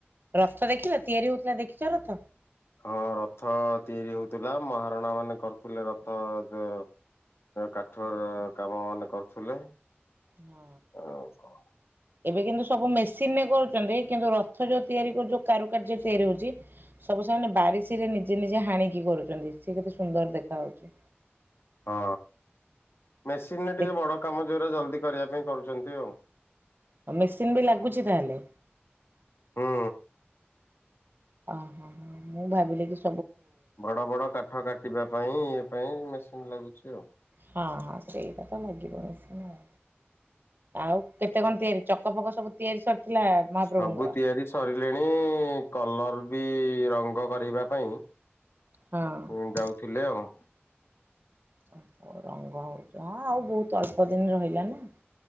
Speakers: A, on the right (about 55°); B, on the left (about 65°).
A: ରଥ ଦେଖିଲ ତିଆରି ହଉଥିଲା ଦେଖିଚ ରଥ?
B: ହଁ ରଥ ତିଆରି ହଉଥିଲା ମହାରଣା ମାନେ କରୁଥିଲେ ରଥ ଦ କାଠର କାମ ମାନେ କରୁଥିଲେ।
A: ହଁ।
B: ଆଉ ହଁ।
A: ଏବେ କିନ୍ତୁ ସବୁ ମେସିନରେ କରୁଚନ୍ତି କିନ୍ତୁ ରଥ ଯୋଉ ତିଆରି କରୁ ଯୋଉ କାରୁକାର୍ଯ୍ୟରେ ତିଆରି ହଉଚି ସବୁ ସେମାନେ ବାରିଶୀ ରେ ନିଜେ ନିଜେ ହାଣିକି କରୁଚନ୍ତି। ସେ କେତେ ସୁନ୍ଦର ଦେଖା ଯାଉଚି।
B: ହଁ ମେସିନ୍ରେ
A: ଦେଖ
B: ଟିକେ ବଡ଼ କାମ ଯୋଉରା ଜଲ୍ଦି କରିବା ପାଇଁ କରୁଚନ୍ତି ଆଉ।
A: ଆ ମେସିନ ବି ଲାଗୁଚି ତାହେଲେ?
B: ହୁଁ
A: ଅ ହ ହ ହ ମୁଁ ଭାବିଲି କିି
B: ବଡ ବଡ କାଠ କାଟିବା ପାଇଁ ଇଏ ପାଇଁ ମେସିନ ଲାଗୁଛି ଆଉ।
A: ହଁ ହଁ ସେଇପା ତ ଲାଗିବ ମେସିନ୍ ଆଉ। ଆଉ କେତେ କଣ ତିଆରି ଚକ ଫକ ସବୁ ତିଆରି ସରିଥିଲା? ମହାପ୍ରଭୁଙ୍କର?
B: ସବୁ ତିଆରି ସରିଲେଣି କଲର ବି ରଙ୍ଗ କରିବା ପାଇଁ
A: ହଁ
B: ଉଁ ଯାଉଥିଲେ ଆଉ।
A: ଓୋ ହୋ ରଙ୍ଗ ହଉଚି। ହଁ ଆଉ ବହୁତ ଅଳ୍ପ ଦିନ ରହିଲା ନା।